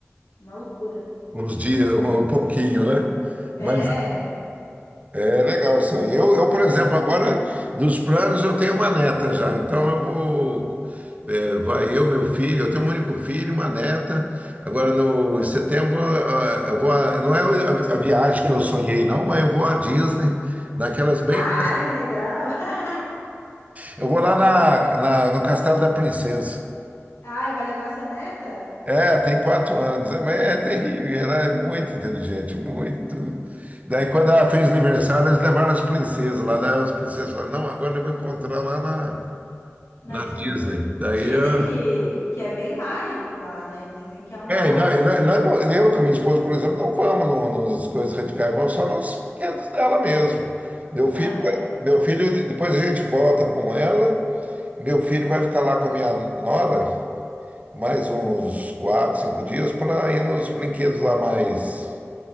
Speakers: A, on the left (about 75°); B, on the right (about 30°).
A: uma loucura.
B: uns dias, um pouquinho, né?
A: É.
B: Mas É legal isso aí. Eu, eu, por exemplo, agora dos planos eu tenho uma neta já, então eu vou. é, vai eu, meu filho, eu tenho um único filho, uma neta. Agora no em setembro ah, eu vou. a- não é a, a viagem que eu sonhei, não, mas eu vou à Disney, naquelas bem.
A: Ai, que legal. <laughs>
B: Eu vou lá na, na- no Castelo da Princesa.
A: Ai, vai levar sua neta
B: É, tem quatro anos, é, mas é terrível, e ela é muito inteligente, muito. Daí, quando ela fez aniversário, eles levaram as princesas lá, daí as princesas falaram, não, agora eu vou encontrar lá na,
A: na
B: na
A: Disney.
B: Disney. Daí,
A: Dizem
B: eu...
A: que que é bem mágico lá, né? Dizem que é uma,
B: é, e nós, e nós- nós não- eu com a minha esposa, por exemplo, não vamos no- nas coisas radicais, vamos só nos brinquedos dela mesmo. Meu filho,
A: aham,
B: meu filho, depois a gente volta com ela, e meu filho vai ficar lá com a minha nora mais uns quatro, cinco dias para ir nos brinquedos lá mais